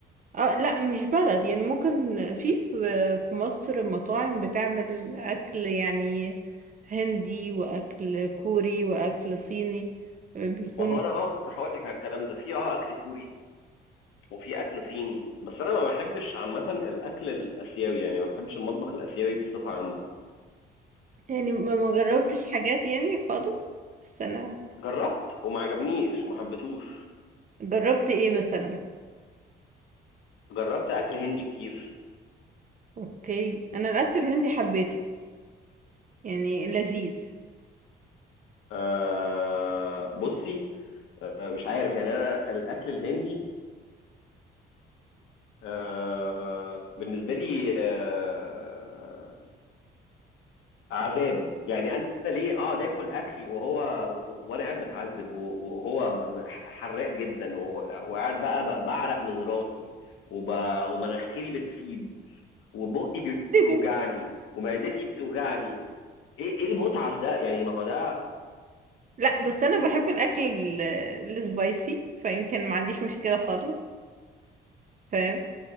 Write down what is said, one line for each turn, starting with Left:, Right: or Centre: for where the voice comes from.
Right: اه لا مش بلد يعني ممكن في في في مصر مطاعم بتعمل اكل يعني هندي واكل كوري واكل صيني آه، بيكون
Left: ما هو انا اه كنت هقول لك على الكلام ده في اه اكل كوري وفي اكل صيني بس انا ما بحبش عامه الاكل الاسيوي يعني ما بحبش المطبخ الاسيوي بصفه عامه
Right: يعني ما ما جربتش حاجات يعني خالص بس انا
Left: جربت وما عجبنيش وما حبيتهوش
Right: جربت ايه مثلا
Left: جربت اكل هندي كتير
Right: اوكي انا الاكل الهندي حبيته يعني لذيذ
Left: أه بصي أه مش عارف يعني انا الاكل الهندي أه بالنسبه لي أه عذاب يعني انا ليه اقعد اكل اكل وهو و- وانا قاعد بتعذب و- وهو ب- ب- حراق جدا و- وقاعد بقى ب- بعرق من راسي وب... ومناخيري بتسيب وبقي
Right: <laughs>
Left: بيوجعني ومعدتي بتوجعني ايه ايه المتعه في ده يعني ما هو ده
Right: لا بس انا بحب الاكل ال- السبايسي فيمكن ما عنديش مشكلة خالص فاهم